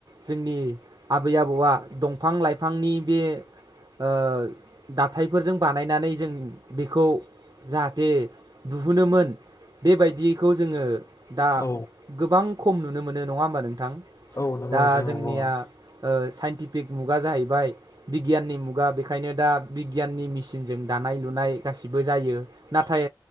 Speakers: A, on the right (about 55°); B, on the left (about 40°).
A: जोंनि आबै आबौआ दंफां लाइफांनि बे ओ दाथायफोरजों बानायनानै जों बेखौ जाहाथे दिहुनोमोन बेबायदिखौ जोङो दा
B: औ
A: गोबां खम नुनो मोनो नङा होमबा नोंथां
B: औ नंगौ
A: दा
B: नोंथां
A: जोंनिया
B: नंगौ
A: ओ साइन्टि बेग मुगा जाहैबाय बिगियाननि मुगा बेखायनो दा बिगियाननि मेसिनजों दानाय लुनाय गासिबो जायो नाथाय